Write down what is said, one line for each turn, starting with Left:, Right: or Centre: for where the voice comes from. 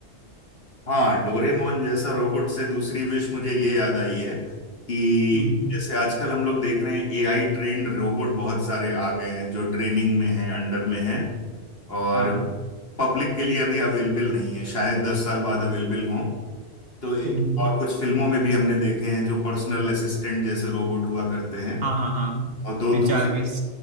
Left: हाँ डोरेमोन जैसा रोबोट से दूसरी विश मुझे ये याद आई है कि
Right: हम्म
Left: जैसे आजकल हम लोग देख रहे हैं एआई ट्रेंड रोबोट बहुत सारे आ गए हैं जो ट्रेनिंग में हैं अंडर में हैं और
Right: हाँ हाँ
Left: पब्लिक के लिए अभी अवेलेबल नहीं है शायद दस साल बाद अवेलेबल हों तो ए-
Right: हम्म हम्म।
Left: और कुछ फिल्मों में भी हमने देखे हैं जो पर्सनल असिस्टेंट जैसे रोबोट हुआ करते हैं
Right: हाँ हाँ हाँ
Left: और दो दूसरी
Right: जारविस